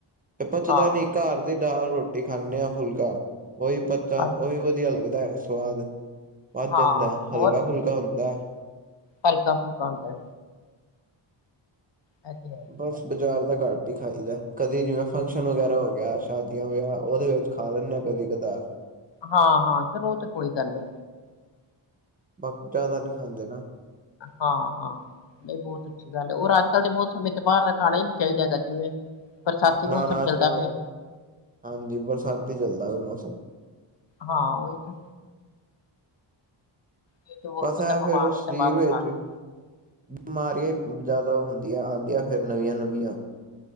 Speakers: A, on the right; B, on the left.
A: ਤੇ ਪਚਦਾ
B: ਹਾਂ
A: ਨੀ, ਘਰ ਦੀ ਦਾਲ ਰੋਟੀ ਖਾਂਦੇ ਆਂ ਫੁਲਕਾ ਉਹੀ ਪਚ ਉਹੀ
B: ਅੱਜ
A: ਵਧੀਆ ਲੱਗਦਾ ਹੈ ਸਵਾਦ ਵੱਧ
B: ਹਾਂ
A: ਜਾਂਦਾ,
B: ਹੋਰ
A: ਹਲਕਾ ਫੁਲਕਾ ਹੁੰਦਾ
B: ਹਲਕਾ ਫੁਲਕਾ ਹੁੰਦਾ ਐ ਤੇ ਹੈ ਹੀ
A: ਬਸ
B: ਹੈ।
A: ਬਾਜ਼ਾਰ ਦਾ ਘੱਟ ਹੀ ਖਾਈਦਾ ਕਦੇ ਜਿਵੇਂ ਫੰਕਸ਼ਨ ਵਗੈਰਾ ਹੋ ਗਿਆ ਸ਼ਾਦੀਆਂ ਵਿਆਹ ਉਹਦੇ ਵਿੱਚ ਖਾ ਲੈਨਾਂ ਆਂ ਕਦੀ ਕਦਾਰ
B: ਹਾਂ ਹਾਂ ਫਿਰ ਉਹ ਤੇ ਕੋਈ ਗੱਲ ਨੀ
A: ਬਾ ਜਿਆਦਾ ਨਹੀਂ ਖਾਂਦੇ ਨਾ
B: ਹਾਂ-ਹਾਂ ਨਹੀਂ ਬਹੁਤ ਅੱਛੀ ਗੱਲ ਏ, ਹੋਰ ਅੱਜ ਕੱਲ੍ਹ ਦੇ ਮੌਸਮ ਤੇ ਬਾਹਰ ਦਾ ਖਾਣਾ ਨੀ ਚਾਹੀਦਾ ਹੈਗਾ, ਜਿਵੇਂ ਬਰਸਾਤੀ
A: ਨਾ
B: ਮੌਸਮ
A: ਨਾ ਆਜ
B: ਚੱਲਦਾ
A: ਕੱਲ
B: ਪਿਆ
A: ਹਾਂਜੀ ਬਰਸਾਤੀ ਚੱਲਦਾ ਮੌਸਮ।
B: ਹਾਂ, ਉਹੀ ਨਾ ਨਹੀਂ ਤੇ ਹੋਰ
A: ਬਸ
B: ਬੰਦਾ
A: ਏ ਫੇਰ
B: ਬਿਮਾਰ ਹੁੰਦਾ
A: ਸਰੀਰ
B: ਬਾਹਰੋਂ
A: ਵਿੱਚ
B: ਖਾ ਕੇ
A: ਬਿਮਾਰੀਆਂ ਜ਼ਿਆਦਾ ਹੁੰਦੀਆਂ ਆਉਂਦੀਆਂ ਫਿਰ ਨਵੀਆਂ -ਨਵੀਆਂ